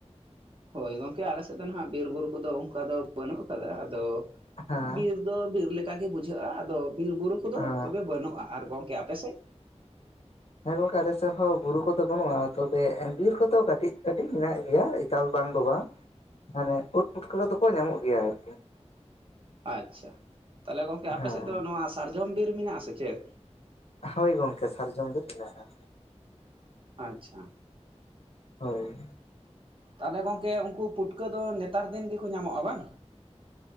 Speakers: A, on the right (about 50°); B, on the left (about 60°).
A: ᱦᱳᱭ ᱜᱚᱝᱠᱮ ᱟᱞᱮ ᱥᱮᱫ ᱫᱚ ᱱᱟᱦᱟᱸᱜ ᱵᱤᱨ ᱵᱩᱨᱩ ᱠᱚᱫᱚ ᱚᱱᱠᱟ ᱫᱚ ᱵᱟᱹᱱᱩᱜ ᱟᱠᱟᱫᱟ ᱟᱫᱚ
B: ᱦᱮᱸ
A: ᱵᱤᱨ ᱫᱚ ᱵᱤᱨ ᱞᱮᱠᱟ ᱜᱮ ᱵᱩᱡᱷᱟᱹᱜᱼᱟ ᱟᱫᱚ ᱵᱤᱨ ᱵᱩᱨᱩ ᱠᱚᱫᱚ
B: ᱦᱮᱸ
A: ᱛᱚᱵᱮ ᱵᱟᱹᱱᱩᱜᱼᱟ ᱟᱨ ᱜᱚᱢᱠᱮ ᱟᱯᱮᱥᱮᱫ?
B: ᱦᱮᱸ ᱜᱚᱝᱠᱮ ᱟᱞᱮ ᱥᱮᱫ ᱦᱚᱸ ᱵᱩᱨᱩ ᱠᱚᱫᱚ ᱵᱟᱹᱱᱩᱜᱼᱟ ᱛᱚᱵᱮ ᱮᱸ ᱵᱤᱨ ᱠᱚᱫᱚ ᱠᱟᱹᱴᱤᱡ ᱠᱟᱹᱴᱤᱡ ᱢᱮᱱᱟᱜ ᱜᱮᱭᱟ᱾ ᱪᱟᱞ ᱵᱟᱝ ᱫᱚ ᱵᱟᱝ ᱢᱟᱱᱮ ᱩᱫ ᱯᱩᱴᱠᱟᱹ ᱫᱚᱠᱚ ᱧᱟᱢᱚᱜ ᱜᱮᱭᱟ ᱟᱨᱠᱤ
A: ᱟᱪᱪᱷᱟ ᱛᱟᱦᱚᱞᱮ ᱜᱚᱢᱠᱮ ᱟᱯᱮ
B: ᱦᱮᱸ
A: ᱥᱮᱫ ᱫᱚ ᱱᱚᱣᱟ ᱥᱟᱨᱡᱚᱢ ᱵᱤᱨ ᱢᱮᱱᱟᱜ ᱟ ᱥᱮ ᱪᱮᱫ?
B: ᱦᱳᱭ ᱜᱚᱝᱠᱮ ᱥᱟᱨᱡᱚᱢ ᱵᱤᱨ ᱢᱮᱱᱟᱜᱼᱟ᱾
A: ᱟᱪᱪᱷᱟ᱾
B: ᱦᱳᱭ
A: ᱛᱟᱦᱚᱞᱮ ᱜᱚᱝᱠᱮ ᱩᱱᱠᱩ ᱯᱩᱴᱠᱟᱹ ᱫᱚ ᱱᱮᱛᱟᱨ ᱫᱤᱱ ᱜᱮᱠᱚ ᱧᱟᱢᱚᱜᱼᱟ ᱵᱟᱝ?